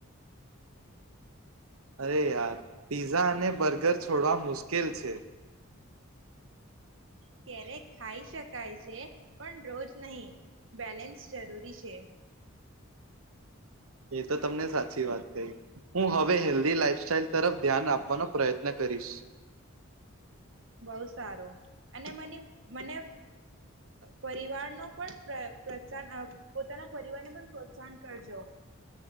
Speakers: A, on the right; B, on the right.
A: અરે યાર પીઝઝા અને બર્ગર છોડવા મુશ્કેલ છે.
B: ક્યારે ખાઈ શકાય છે પણ રોજ નહી બેલેન્સ જરૂરી છે.
A: એ તો તમને સાચી વાત કહી હું હવે હેલ્ધી લાઈફસ્ટાઈલ તરફ ધ્યાન આપવાનો પ્રયત્ન કરીશ.
B: બહ સારું અને મને મને પરિવાર ન પણ પ્રોત્સાહન પોતાના પરિવારને પણ પ્રોત્સાહન કરજો